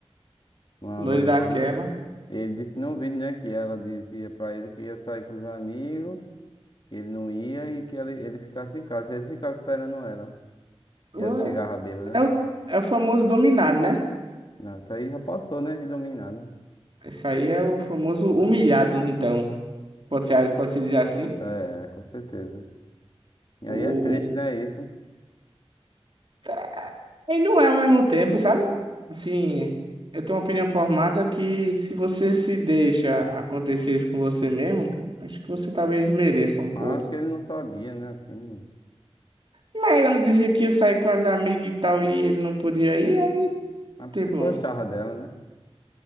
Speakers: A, on the left (about 50°); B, on the right (about 50°).
A: Uma
B: loira
A: loirona.
B: daquela.
A: Ele disse no vídeo, né, que ela dizia pra ele que ia sair com os amigos, que ele não ia e que ele, ele ficasse em casa. Ele ficava esperando ela.
B: É,
A: E ela chegava bêbada.
B: é o, é o famoso dominado, né?
A: Não, isso aí já passou, né, de dominada.
B: Isso aí é o famoso humilhado, então. Pode ser, pode ser dizer assim.
A: É, com certeza. E
B: O,
A: aí é triste,
B: o...
A: né, isso.
B: tá, Ele não é ao mesmo tempo, sabe? Assim, eu tenho uma opinião formada que se você se deixa acontecer isso com você mesmo, acho que você talvez mereça um
A: Mas
B: pouco.
A: eu acho que ele não sabia, né, assim. né?
B: Mas ele dizia que ia sair com as amigas e tal, e ele não podia ir, aí,
A: Mas
B: tipo,
A: porque gostava dela, né?